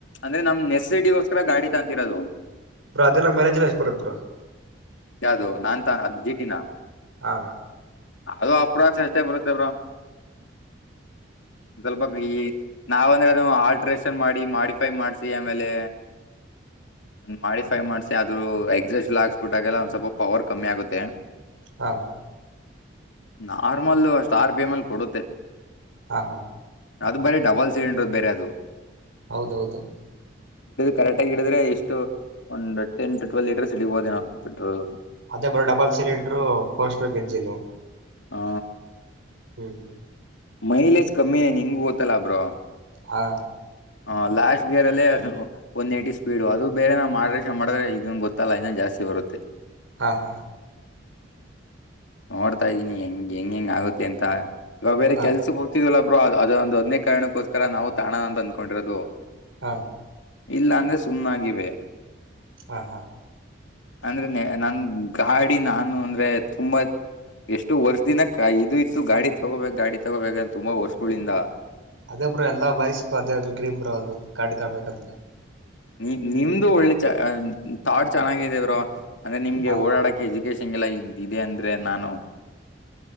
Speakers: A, on the left; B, on the right.
A: ಅಂದ್ರೆ ನಮ್ ನೆಸಸಿಟಗೋಸ್ಕರ ಗಾಡಿ ತಂತಿರೋದು
B: ರಾಧೆಲ್ಲ ಮೈನಾಡಿಜಲ್ಲ ಪತ್ ಪರ
A: ಯಾವ್ದು ನಾನ್ಂತ ಅ ಜೀಟಿನ
B: ಹಾ
A: ಅದು ಅಪ್ರ ಅಷ್ಟೇ ಬರುತ್ತೆ ಬ್ರ ಸ್ವಲ್ಪ ಈ ನಾವ ಅಂದ್ರೆ ಅದು ಆಲ್ಟ್ರೇಷನ್ ಮಾಡಿ ಮಾಡಿಫೈ ಮಾಡ್ಸಿ ಆಮೇಲೆ ಮಾಡಿಫೈ ಮಾಡ್ಸಿ ಆದ್ರೂ ಎಕ್ಸಸ್ಲ್ ಹಾಕ್ಸ್ಬಿಟ್ಟಾಗೆಲ್ಲ ಸ್ವಲ್ಪ ಪವರ್ ಕಮ್ಮಿ ಆಗುತ್ತೆ
B: ಹಾ
A: ನಾರ್ಮಲ್ ಸ್ಟಾರ್ ಪೇ ಮೇಲ್ ಕೊಡುತ್ತೆ
B: ಆ ಹಾ
A: ಅದು ಬರೀ ಡಬಲ್ ಸಿಲಿಂಡರ್ದ ಬೇರೆ ಅದು
B: ಹೌದೌದು
A: ಕರೆಕ್ಟ್ ಆಗಿಡ್ರೆ ಎಷ್ಟು ಒಂದು ಟನ್ ಟ ಟ್ವೆಲ್ವ ಲೀಟರ್ ಸಿಡಿಬಹೋೇ ನಾವು ಪೆಟ್ರೋಲ್
B: ಅದೇ ಬರ ಡಬಲ್ ಸಿಲಿಂಡರು ಫೋರ್ ಸ್ಟರ್ ಗಂಜಿಲು
A: ಹಾ
B: ಹ್ಮ್್ಮ
A: ಮೈಲೇಜ್ ಕಮ್ಮಿ ನಿಂಗು ಓತ್ತಲ್ಲಾಬ್ರೋ
B: ಹಾ
A: ಹ ಲಾಸ್್ ಗೇರ್ ಅಲ್ಲೇ ಒನ್ ಏ್ಟಿ ಸ್ಪೀಡು ಅದು ಬೇರೆ ನಾ ಮಾಡ್ರೇಶಷನ್ ಮಾಡಿದ್ರೆ ಇದನ್ ಗೊತ್ತಲ್ಲ ಇದನ್ನ ಜಾಸ್ತಿ ಬರುತ್ತೆ
B: ಹಾ ಹಾ
A: ನೋಡ್ತಾ್ದೀನಿ ಹೆಂಗ್ ಹೆಂಗ್ ಹೆಂಗ್ ಆಗುತ್ತೆ ಅಂತ
B: ಹಾ
A: ಕೆಲ್ಸ ಹೋಗತಿದಲ್ಲ ಒಬ್ ಅದೊ ಒಂದ ಒದ್ನೇ ಕಣಕ್ಕೋಸ್ಕರ ನಾವು ತಾಣಣ ಅಂತ ಅಂದ್ಕೊಂಡಿರೋದು
B: ಹಾ
A: ಇಲ್ಲಾಂದ್ರೆ ಸುಮ್ನಾಗಿವೆ
B: ಹಾ ಹಾ
A: ಅಂದ್ರೆ ನನ್ ಗಾಡಿ ನಾನು ಅಂದ್ರೆ ತುಂಬಾತ್ ಎಷ್ಟು ವರ್ಷ ದಿನಕ್ಕೆ ಇದು ಇತ್ತು ಗಾಡಿ ತಗೋಬೇಕು ಗಾಡಿ ಬೇ ತುಂಬಾ ವರ್ಷಗಳಿಂದ
B: ಅದೇ ಬ್ರೋ ಎಲ್ಲಾ ಬಯಸ್ಕು ಅದೇ ಗ್ರೀಮ ಬ್ರ ಅದು ಕಾಡಿ ತಾಡ್ಬೇಕಂತ
A: ನಿ ನಿಮ್ದು ಒಳ್ಳೆ ಚ ತಾಟ್ ಚೆನ್ನಾಗಿದೇವರು ಅಂದ್ರೆ ನಿಮಗೆ
B: ಹಾ
A: ಓಡಾಡಕ್ಕೆೆಜು ೇಶಗೆಲ್ಲ ಇ ಇದೆ ಅಂದ್ರೆ ನಾನು